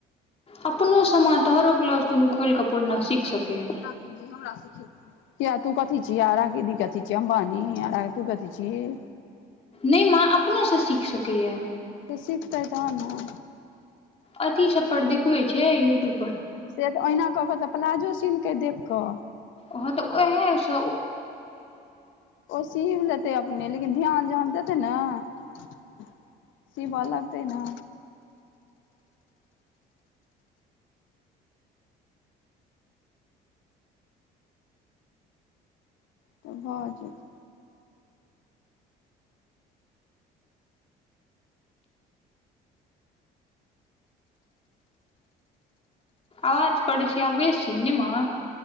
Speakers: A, on the left; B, on the left.
A: अपनो समान तोहरो ब्लाउज कोनो खोलि कऽ पूरना सीख सकैय
B: राखी जी हमरा सीखे य तू कथी छिय आ राखीदी कथि छियै अमबानी आ र तू कथथि छिय
A: नै माँ अपना सँ सीख सकैए
B: सुततेय तहन न
A: अथी सब पर देखबे छै यूट्यू
B: से तऽ ओहिना कऽ कऽ तऽ प्लाजो सीलकै देख क
A: हाँ तऽ उएह स
B: ओ सी भ लेतै अपने लेकिन ध्यान जान द सिखतै नै सिबय लगतै ना तऽ भऽ जेत
A: आवाज पड़ै छै आ बेस छी नेम